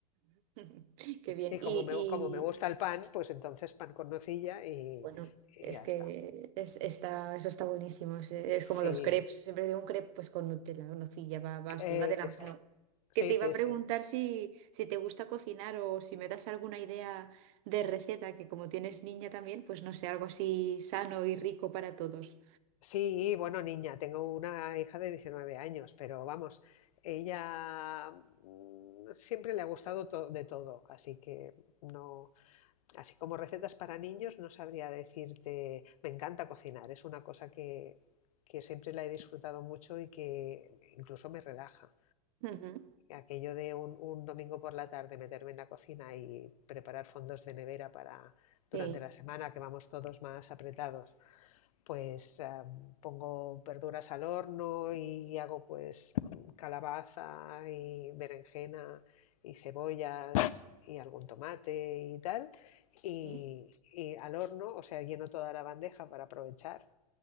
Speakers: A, on the right; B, on the left.
A: <laughs> Qué bien.
B: Y
A: Y,
B: como me, como me gusta el pan, pues entonces pan con nocilla y,
A: Bueno,
B: y
A: es
B: ya
A: que
B: está.
A: es, está, eso está buenísimo. Es, es
B: Sí,
A: como los crepes. Siempre digo un crepe pues con Nutella, o nocilla, va, va así,
B: eh,
A: va de la
B: eso.
A: mano.
B: Sí,
A: Que te iba
B: sí,
A: a preguntar
B: sí.
A: si, si te gusta cocinar o si me das alguna idea de receta, que como tienes niña también, pues no sé, algo así sano y rico para todos.
B: Sí, bueno, niña, tengo una hija de 19 años, pero vamos, ella mm, siempre le ha gustado to- de todo, así que no, Así como recetas para niños, no sabría decirte, me encanta cocinar, es una cosa que, que siempre la he disfrutado mucho y que incluso me relaja.
A: Ujú.
B: Aquello de un, un domingo por la tarde meterme en la cocina y preparar fondos de nevera para durante
A: Sí,
B: la semana que vamos todos más apretados pues em, pongo verduras al horno y hago pues calabaza y berenjena y cebollas y algún tomate y tal. Y,
A: sí.
B: y al horno, o sea, lleno toda la bandeja para aprovechar